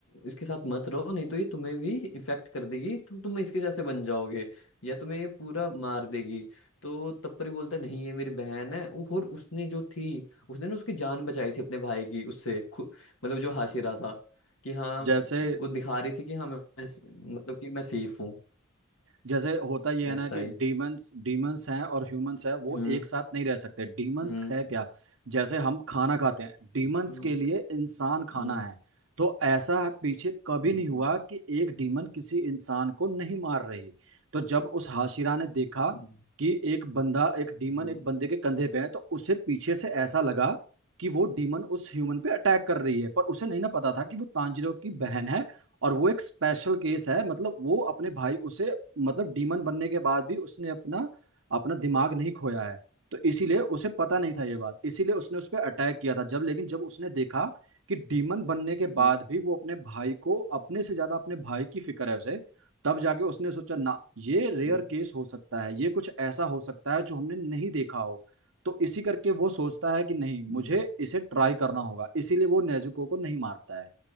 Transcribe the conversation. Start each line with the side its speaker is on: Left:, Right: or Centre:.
Left: इसके साथ मत रहो नहीं तो ये तुम्हें भी इफेक्ट कर देगी तो तुम इसके जैसे बन जाओगे या तुम्हें ये पूरा मार देगी तो तब पर ही बोलता है, नहीं ये मेरी बहन है वो- और उसने जो थी उसने ना उसकी जान बचाई थी अपने भाई की उससे खु- मतलब जो हाशिरा था कि हाँ
Right: जैसे
Left: वो दिखा रही थी कि हाँ मैं मैं स- मतलब कि मैं सेफ हूँ
Right: जैसे होता ये है
Left: ऐसा
Right: ना कि
Left: ही
Right: डीमंस डीमंस हैं और ह्यूमंस हैं वो
Left: हम्म
Right: एक साथ नहीं रह सकते डीमंस
Left: हम्म
Right: है क्या जैसे हम खाना खाते हैं डीमंस
Left: हम्म
Right: के लिए इंसान खाना
Left: हम्म
Right: है तो ऐसा पीछे कभी
Left: हम्म
Right: नहीं हुआ कि एक डीमन किसी इंसान को नहीं मार रही तो जब उस हाशिरा ने देखा
Left: हम्म
Right: कि एक बंदा एक डीमन
Left: हम्म,
Right: एक बंदे के कंधे पे है तो उसे पीछे से ऐसा लगा कि वो डीमन उस ह्यूमन पे अटैक कर रही है पर उसे नहीं ना पता था कि वो तांजिरो की
Left: हम्म,
Right: बहन है और वो एक स्पेशल केस है मतलब वो अपने भाई उसे मतलब डीमन बनने के बाद भी उसने अपना अपना दिमाग नहीं खोया है तो इसीलिए उसे पता नहीं था ये बात इसीलिए उसने उस पर अटैक किया था जब लेकिन जब उसने देखा कि डीमन बनने के
Left: हम्म,
Right: बाद भी वो अपने भाई को अपने से ज्यादा अपने भाई की फिक्र है उसे तब जाके उसने सोचा ना ये रेयर
Left: हम्म।
Right: केस हो सकता है ये कुछ ऐसा हो सकता है जो हमने नहीं देखा हो तो इसी करके वो सोचता है कि नहीं
Left: हम्म,
Right: मुझे इसे ट्राई करना होगा इसीलिए वो नेजुको को नहीं मारता है